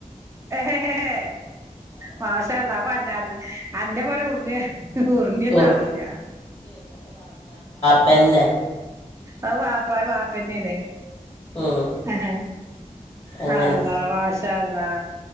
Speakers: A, on the right; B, on the left.
A: എഹേ ഹെ. മാഷ അല്ലാഹ് അപ്പം അന്നെ അന്നെ അന്റെ പോലെ ഒവ്ട്ന്ന് ഉർണി ഒന്നാവൂല
B: ഉർ പ്പെന്നെ
A: ആഅ് വാപ്പ വാപ്പന്നെണ്
B: ഉം,
A: അഹ
B: അങ്ങനെ
A: അല്ലാഹ് വാഷ് മാഷാ അല്ലാഹ്